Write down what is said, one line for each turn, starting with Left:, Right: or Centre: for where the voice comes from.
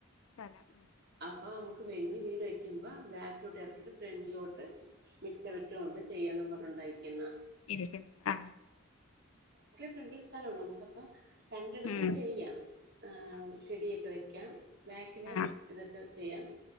Left: സ്ഥലം ഉം
Right: അപ്പോം നമുക്ക് വലിയ വീട് വയ്ക്കുമ്പോൾ ബാക്കിലോട്ട് ഇറക്കി യിട്ട് ഫ്രണ്ടിലോട്ട് മിറ്റം വിട്ടുകൊണ്ട് ചെയ്യും പറഞ്ഞു ഉണ്ടായിക്കുന്ന
Left: ഇരിക്കും ആ
Right: ഫ്രണ്ടില് സ്ഥലമുണ്ട് നമ്മക്ക് അപ്പം രണ്ടിടത്തും
Left: ഉം
Right: ചെയ്യാം ആ <unintelligible> വെക്കാം ബാക്കില്
Left: ആ
Right: ഇതൊക്കെ ചെയ്യാം